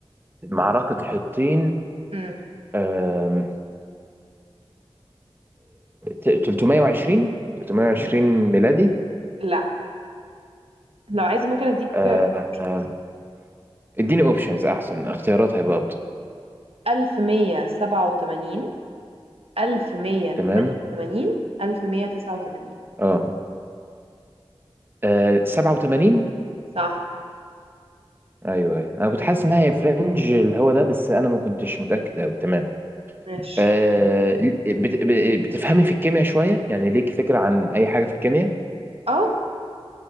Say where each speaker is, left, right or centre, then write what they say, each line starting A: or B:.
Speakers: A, on the right; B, on the right.
A: معركة حطين
B: امم
A: آه، 320 320 ميلادي
B: لا لو عايز ممكن اديك
A: آه،
B: اوبشنز
A: آه، اديني اوبشنز احسن اختيارات هيبقى افضل
B: 1187 1188
A: تمام
B: 1189
A: اه آه، 87
B: صح
A: ايوه ايوه انا كنت حاسس انها هي فرنج اللي هو ده بس انا ما كنتش متاكد قوي تمام
B: ماشي
A: آه، بت- ب- بتفهمي في الكيمياء شويه يعني ليك فكره عن اي حاجه في الكيمياء
B: اه